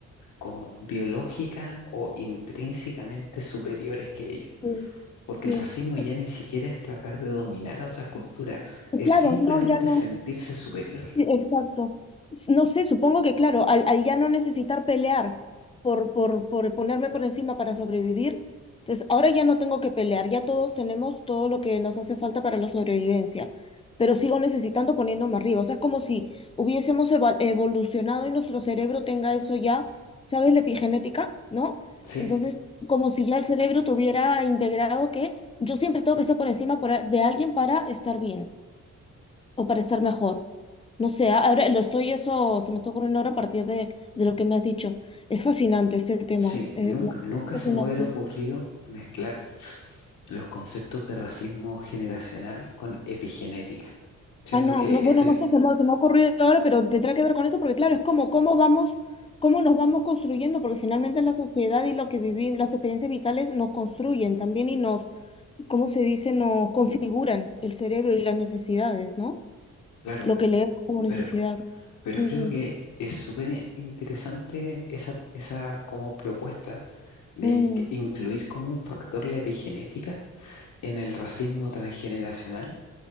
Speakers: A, on the left (about 90°); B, on the left (about 20°).
A: como biológica o intrínsecamente superiores que ellos.
B: sí,
A: Porque
B: sí.
A: el racismo ya
B: <laughs>
A: ni siquiera es tratar de dominar a otras culturas, es
B: Claro,
A: simplemente
B: no, ya no.
A: sentirse superior.
B: Sí, Exacto. S- No sé, supongo que claro, al, al ya no necesitar pelear por, por, por ponerme por encima para sobrevivir, entonces ahora ya no tengo que pelear, ya todos tenemos todo lo que nos hace falta para la sobrevivencia, pero sigo necesitando poniéndome arriba. O sea, es como si hubiésemos eva- evolucionado y nuestro cerebro tenga eso ya, ¿sabes? La epigenética, ¿no?
A: Sí,
B: Entonces, como si ya el cerebro tuviera integrado que yo siempre tengo que estar por encima por a- de alguien para estar bien o para estar mejor. No sé, a- ahora lo estoy, eso se me está ocurriendo ahora a partir de, de lo que me has dicho. Es fascinante este tema.
A: Sí,
B: eh,
A: nunca,
B: no,
A: nunca
B: es fascinante.
A: se me hubiera ocurrido mezclar los conceptos de racismo generacional con epigenética. Siento
B: Ah, no,
A: que
B: no,
A: estoy,
B: bueno, no sé, se me, se me ha ocurrido ahora, pero tendrá que ver con eso, porque claro, es como cómo vamos, cómo nos vamos construyendo, porque finalmente la sociedad y lo que vivimos, las experiencias vitales nos construyen también y nos, ¿cómo se dice? Nos configuran el cerebro y las necesidades, ¿no?
A: claro,
B: Lo que leemos como necesidad.
A: pero, pero
B: Mm,
A: creo que es súper interesante esa, esa como propuesta de
B: mm,
A: in- incluir como un factor la epigenética en el racismo transgeneracional.